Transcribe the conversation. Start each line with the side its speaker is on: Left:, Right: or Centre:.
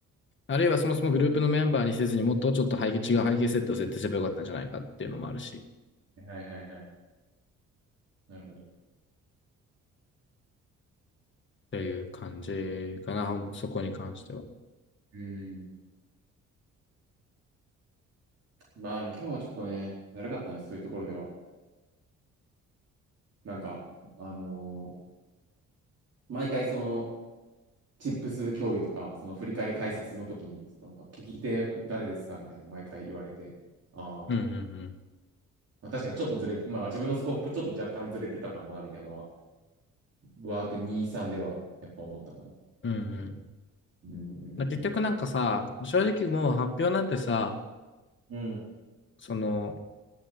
Left: あるいはそもそもグループのメンバーにせずにもっとちょっと背景、違う背景設定を設定すればよかったんじゃないかっていうのもあるし、っ
Right: どねはいはいはい。なるほど。
Left: ていう感じかな、そこに関しては。
Right: うーん。まあでも今日はちょっとね、だるかったね、そういうところでは。なんか、あのー毎回そのチップス共有とか、その振り返り解説の時に、なんか聞き手誰ですかみたいな、毎回言われて、ああ、
Left: うんうん
Right: みたいな。まあ、確かにちょっとずれ、まあ自分のスコープちょっと若干ずれてたかもな、みたいなのは、ワーク2、3ではやっぱ思ったかな。
Left: うん。うんうん。
Right: うん、
Left: まあ結局なんかさ、
Right: うん、
Left: 正直もう発表なんてさ、
Right: うん。
Left: その、